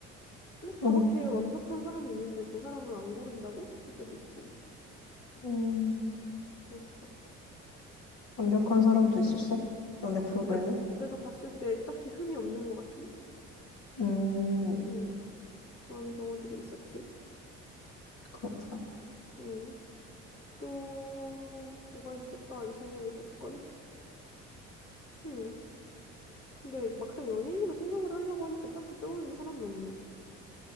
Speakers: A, on the left; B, on the left.
A: 어? 저렇게
B: 응.
A: 완벽한 사람이 있는데 저 사람을 안 고른다고 싶을 때도 있고,
B: 음,
A: 그렇더라고.
B: 완벽한 사람도 있었어? 연애 프로그램에?
A: 그러니까 내가 봤을 때 딱히 흠이 없는 것 같은?
B: 음,
A: 음, 그런 경우들이 있었지.
B: 그렇구나.
A: 음, 또, 뭐가 있을까? 이상형의 조건? 음. 근데 막상 연예인으로 생각을 하려고 하니까 딱히 떠오르는 사람은 없네.